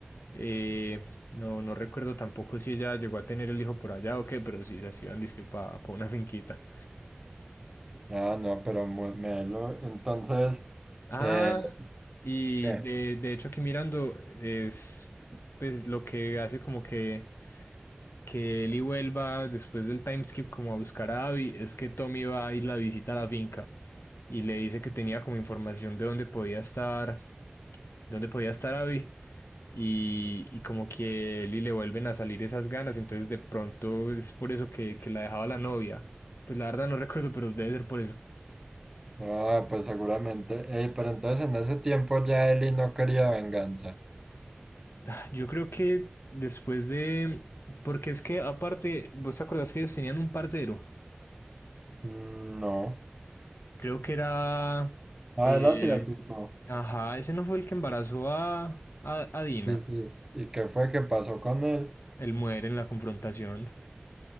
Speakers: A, on the left (about 80°); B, on the right (about 15°).
A: Eh, no, no recuerdo tampoco si ella llegó a tener el hijo por allá o qué, pero Sisas iban disque para una finquita.
B: Ah, no, pero muy melo. Entonces,
A: Ah,
B: eh,
A: y
B: ¿qué?
A: de, de hecho aquí mirando es pues lo que hace como que, que Eli vuelva después del time skip como a buscar a Abby, es que Tommy va a ir la visita a la finca y le dice que tenía como información de dónde podía estar, dónde podía estar Abby. y, y como que él y le vuelven a salir esas ganas, entonces de pronto es por eso que, que la dejaba la novia. Pues la verdad no <laughs> recuerdo, pero debe ser por eso.
B: Ah, pues seguramente. Ey, pero entonces en ese tiempo ya Eli no quería venganza.
A: Ah, Yo creo que después de... Porque es que aparte, ¿vos te acordás que ellos tenían un parcero?
B: Mm, No.
A: Creo que era...
B: Ah,
A: eh,
B: él hacía tipo.
A: ajá, ese no fue el que embarazó a, a, a Dina,
B: Sí, sí. ¿Y qué fue que pasó con él?
A: el muere en la confrontación.